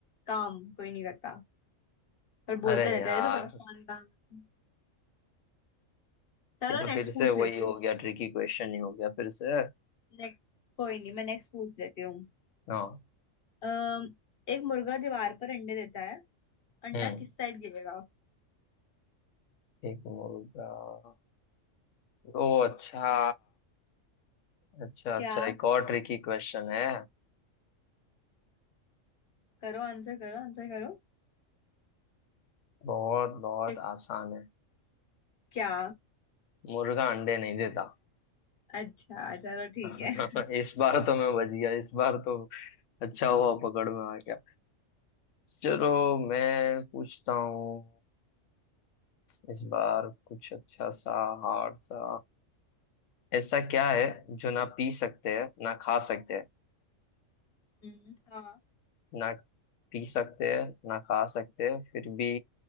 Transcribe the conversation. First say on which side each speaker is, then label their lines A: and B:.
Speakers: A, on the left; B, on the left.
A: काम कोई नहीं करता पर
B: अरे
A: बोलते रहते
B: यार
A: हैं ये तो बड़ा फन काम है चलो
B: ये तो
A: नेक्स्ट
B: फिर से
A: पूछ
B: वही
A: लेती
B: हो
A: हूँ
B: गया ट्रिकी क्वेश्चन ही हो गया फिर से
A: नेक्स्ट कोई नहीं मैं नेक्स्ट पूछ लेती हूँ
B: हाँ
A: अम, एक मुर्गा दीवार पर अंडे देता है अंडा
B: हम्म
A: किस साइड गिरेगा
B: एक मिनट रुक जा। ओ अच्छा अच्छा
A: क्या
B: अच्छा एक और ट्रिकी क्वेश्चन है
A: करो आंसर करो आंसर करो
B: बहुत बहुत
A: फिर
B: आसान है
A: क्या
B: मुर्गा अंडे नहीं देता
A: अच्छा चलो ठीक
B: <laughs>
A: है
B: इस बार तो मैं बच गया इस बार तो अच्छा हुआ पकड़ में आ गया चलो मैं पूछता हूँ इस बार कुछ अच्छा सा हार्ड सा ऐसा क्या है जो ना पी सकते हैं ना खा सकते हैं
A: हम्म, हाँ
B: ना पी सकते हैं ना खा सकते हैं फिर भी